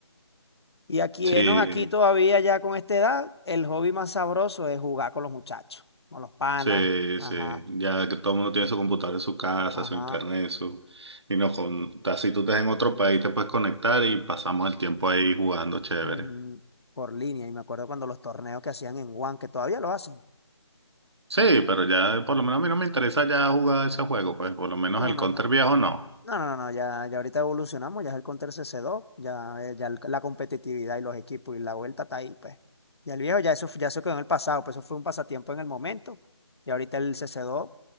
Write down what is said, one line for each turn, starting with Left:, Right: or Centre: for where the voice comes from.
Left: Y aquí,
Right: Sí,
Left: enos aquí todavía ya con esta edad, el hobby más sabroso es jugar con los muchachos, con los panas.
Right: Sí,
Left: Ajá,
Right: sí, ya que todo el mundo tiene su computador en su casa,
Left: ajá.
Right: su internet, su... Y no, con... así tú estás en otro país, te puedes conectar y pasamos el tiempo ahí jugando chévere.
Left: mm, por línea. Y me acuerdo cuando los torneos que hacían en One, que todavía lo hacen.
Right: Sí, pero ya por lo menos a mí no me interesa ya jugar ese juego, pues por lo menos
Left: No,
Right: el
Left: no,
Right: Counter
Left: no.
Right: viejo no.
Left: No, no, no. Ya, ya ahorita evolucionamos, ya es el Counter CC2, ya, eh, ya el- la competitividad y los equipos y la vuelta está ahí, pues. Ya el viejo, ya eso, ya eso quedó en el pasado, pues eso fue un pasatiempo en el momento. Y ahorita el CC2,